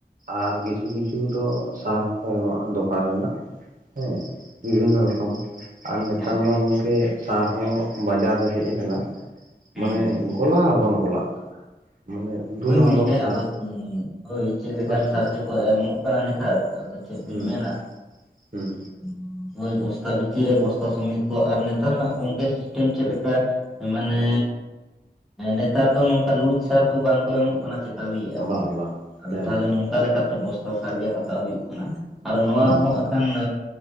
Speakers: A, on the right; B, in the centre.
A: ᱟᱨ ᱠᱤᱪᱷᱩ ᱠᱤᱪᱷᱩ ᱫᱚ ᱥᱟᱨ ᱦᱚᱸᱠᱚ ᱮᱢᱟᱜᱼᱟ ᱫᱚᱠᱟᱱ ᱨᱮᱱᱟᱜ, ᱦᱮᱸ ᱵᱤᱵᱷᱤᱱᱱᱚ ᱨᱚ ᱠᱚᱢ ᱟᱨ ᱱᱮᱛᱟᱨ
B: ᱦᱩᱸ
A: ᱢᱟ ᱜᱚᱝᱠᱮ ᱥᱟᱨ ᱦᱚᱸ ᱵᱟᱡᱟᱨ ᱨᱮ ᱦᱮᱡ ᱟᱠᱟᱱᱟ ᱾
B: ᱦᱮᱸ ᱦᱩᱸ
A: ᱢᱟᱱᱮ
B: ᱦᱩᱸ ᱦᱩᱸ
A: ᱜᱚᱞᱟᱣ ᱦᱚᱸ ᱵᱟᱝ ᱜᱚᱞᱟᱜ ᱠᱟᱱᱟ, ᱢᱟᱱᱮ ᱫᱩ
B: ᱦᱤᱭ
A: ᱱᱚᱢᱵᱚᱨ
B: ᱜᱚᱝᱠᱮ
A: ᱥᱟᱨ
B: ᱟᱫᱚ ᱦᱳᱭ ᱪᱮᱫ ᱞᱮᱠᱟᱱ
A: ᱵᱩᱡᱽ ᱠᱮᱫᱟᱢ
B: ᱥᱟᱨ ᱡᱮᱠᱚ ᱮᱢᱚᱜ ᱠᱟᱱᱟ ᱱᱮᱛᱟᱨ! ᱟᱫᱟ ᱪᱮᱫ
A: ᱦᱩᱸ
B: ᱵᱤᱱ ᱢᱮᱱᱟ
A: ᱦᱩᱸ
B: <inaudible> ᱦᱳᱭ ᱵᱚᱥᱛᱟ ᱵᱷᱤᱛᱤᱨ ᱨᱮ ᱵᱚᱥᱛᱟ ᱥᱚᱢᱤᱛ ᱠᱚ ᱟᱨ ᱱᱮᱛᱟᱨ ᱨᱮᱱᱟᱜ ᱜᱚᱝᱠᱮ ᱥᱤᱥ ᱴᱮᱢ ᱪᱮᱫ ᱞᱮᱠᱟ ᱢᱟᱱᱮ ᱱᱮᱛᱟᱨ ᱫᱚ ᱱᱚᱝᱠᱟ ᱞᱩᱡᱽ ᱥᱟᱨ ᱫᱚ ᱵᱟᱝ ᱠᱚ ᱮᱢᱚᱜ ᱠᱟᱱᱟ ᱪᱮ ᱛᱟᱹᱢᱤᱭᱮᱫ ᱠᱚ,
A: ᱵᱟᱝ ᱵᱟᱝ
B: ᱟᱫᱚ
A: ᱦᱮᱸ
B: ᱛᱟᱦᱚᱞᱮ ᱱᱚᱝᱠᱟ ᱞᱮᱠᱟᱛᱮ ᱵᱚᱥᱛᱟ ᱥᱟᱨ ᱜᱮ ᱦᱟᱛᱟᱣ ᱦᱩᱭᱩᱜ ᱠᱟᱱᱟ ᱾ ᱟᱨ ᱱᱚᱣᱟ
A: ᱦᱩᱸ
B: ᱦᱚᱸ ᱟᱠᱷᱟᱱ